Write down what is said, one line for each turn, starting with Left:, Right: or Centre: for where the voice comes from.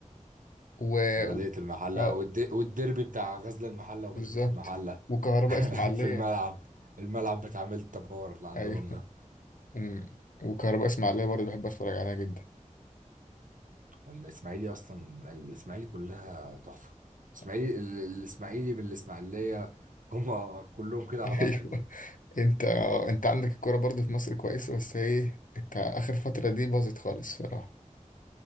Left: و
Right: بلدية المحلة
Left: آه،
Right: والد... والديربي بتاع غزل المحلة وبلدية
Left: بالظبط
Right: المحلة
Left: وكهرباء
Right: <laughs>
Left: اسماعيلية
Right: في الملعب الملعب بتاع ميلتا باور اللي عندهم
Left: ايوه
Right: ده
Left: امم وكهرباء اسماعيلية برضه بحب اتفرج عليها جدا
Right: الإسماعيلي أصلا الإسماعيلي كلها تحفة
Left: <laughs>
Right: الإسماعيلي ال- الإسماعيلي بالإسماعيلية هم كلهم كده على
Left: ايوه
Right: بعض حلوين
Left: انت آه، انت عندك الكوره برضه في مصر كويسة بس ايه انت اخر فترة دي باظت خالص صراحة